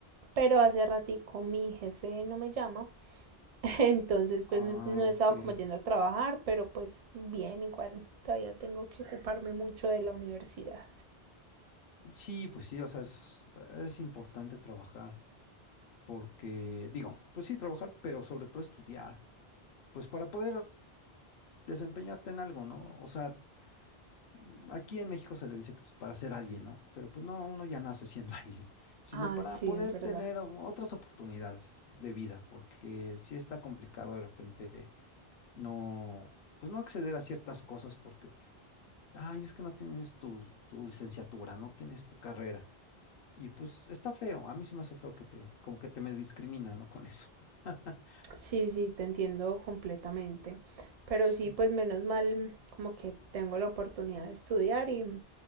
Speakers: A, on the right (about 55°); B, on the left (about 65°).
A: pero hace ratico mi jefe no me llama, <laughs> entonces pues
B: Ah,
A: no, es- no he
B: ok.
A: estado como yendo a trabajar, pero pues bien, igual todavía tengo que ocuparme mucho de la universidad.
B: Sí, pues sí, o sea, es, es importante trabajar porque, digo, pues sí, trabajar, pero sobre todo estudiar. Pues para poder desempeñarte en algo, ¿no? O sea, mm, aquí en México se le dice que pues, para ser alguien, ¿no? Pero pues no, uno ya nace siendo <laughs> alguien, sino
A: Ah,
B: para
A: sí,
B: poder
A: es verdad.
B: tener o- otras oportunidades de vida, porque sí está complicado de repente no, pues no acceder a ciertas cosas porque, pues, ay, es que no tienes tu, tu licenciatura, no tienes tu carrera. Y pues está feo, a mí se me hace feo que te, como que te me discrimina, ¿no? Con eso. <laughs>
A: Sí, sí, te entiendo completamente. Pero
B: Sí.
A: sí, pues menos mal, como que tengo la oportunidad de estudiar y